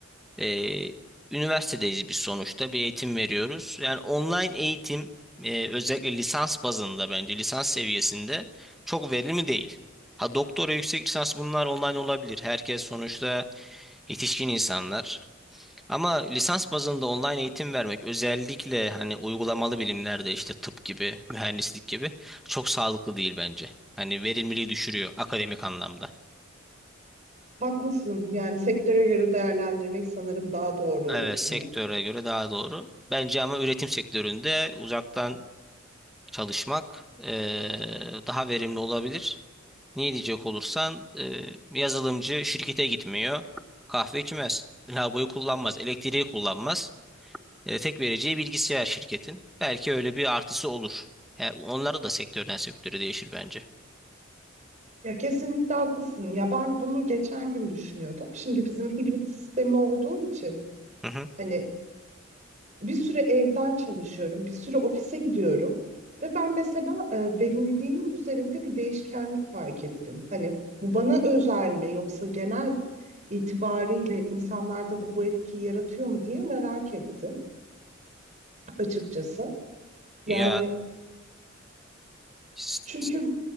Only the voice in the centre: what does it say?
Ee, üniversitedeyiz biz sonuçta bir eğitim veriyoruz. Yani online eğitim e, özellikle lisans bazında bence lisans seviyesinde çok verimli değil. Ha doktora yüksek lisans bunlar online olabilir. Herkes sonuçta yetişkin insanlar. Ama lisans bazında online eğitim vermek özellikle hani uygulamalı bilimlerde işte tıp gibi, mühendislik gibi çok sağlıklı değil bence. Hani verimliliği düşürüyor akademik anlamda.
Evet, sektöre
göre daha doğru. Bence ama üretim sektöründe uzaktan çalışmak eee, daha verimli olabilir. Niye diyecek olursan eee, bir yazılımcı şirkete gitmiyor, kahve içmez, lavaboyu kullanmaz, elektriği kullanmaz. Eee, tek vereceği bilgisayar şirketin. Belki öyle bir artısı olur. Yani onları da sektörden sektöre değişir bence.
Hı hı.
Ya s-
s-